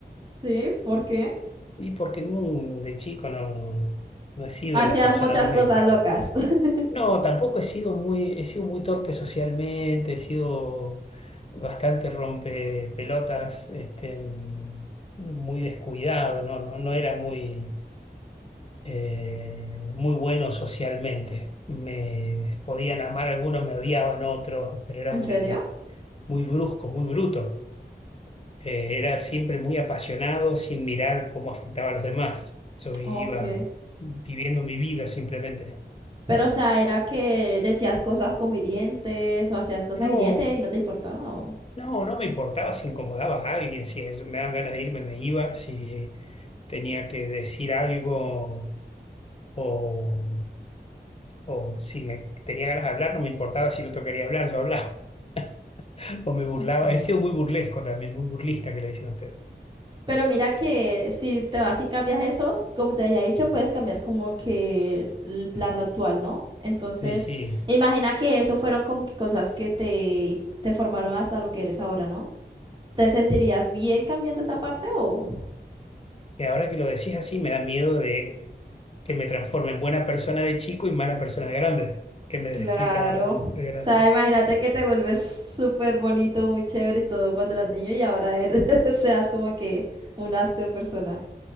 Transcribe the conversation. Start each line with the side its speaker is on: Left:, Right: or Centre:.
Right: Sí, ¿por qué?
Left: Y porque mm, de chico no, no, no he sido
Right: Hacías
Left: la persona
Right: muchas
Left: más
Right: cosas
Left: avispada.
Right: locas. <laughs>
Left: No, tampoco he sido muy, he sido muy torpe socialmente, he sido bastante rompepelotas, este, mm, muy descuidado, no, no, no era muy, eh, muy bueno socialmente. Me podían amar algunos, me odiaban otros, pero era
Right: ¿En
Left: muy,
Right: serio?
Left: muy brusco, muy bruto. Eh, era siempre muy apasionado sin mirar cómo afectaba a los demás. Yo iba
Right: Ok.
Left: viviendo mi vida simplemente.
Right: Pero, o sea, era que decías cosas como hirientes o hacías cosas
Left: No,
Right: hirientes y no te importaba. o-
Left: No, no me importaba si incomodaba a alguien, si es- me daban ganas de irme, me iba, si tenía que decir algo o, o si me tenía ganas de hablar, no me importaba si el otro quería hablar, yo hablaba <laughs> o me
Right: Ok.
Left: burlaba. He sido muy burlesco también, muy burlista que le dicen a usted.
Right: Pero mira que si te vas y cambias eso, como te había dicho, puedes cambiar como que el plano actual, ¿no? Entonces,
Left: Sí, sí.
Right: imagina que eso fueron como que cosas que te, te formaron hasta lo que eres ahora, ¿no? ¿Te sentirías bien cambiando esa parte o...?
Left: Y ahora que lo decís así, me da miedo de que me transforme en buena persona de chico y mala persona de grande, que me desquite
Right: Claro.
Left: ahora
Right: O
Left: de grande.
Right: sea, imagínate que te vuelves súper bonito, muy chévere y todo cuando eras niño y ahora eres, <laughs> seas como que un asco de persona.